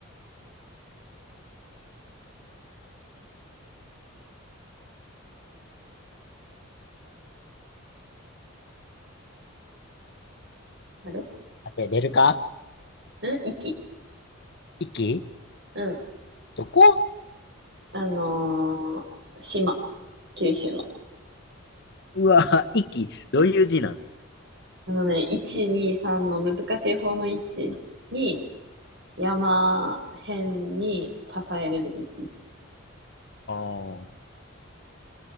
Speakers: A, on the right; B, on the left.
A: あれ
B: 当てれるか
A: ん息。
B: イキ
A: うん。
B: どこ
A: あのー島。九州の。
B: うわ、息、どういう字なん
A: あのね、1、2、3の難しい方の1に、山辺に支えるで息。
B: あー、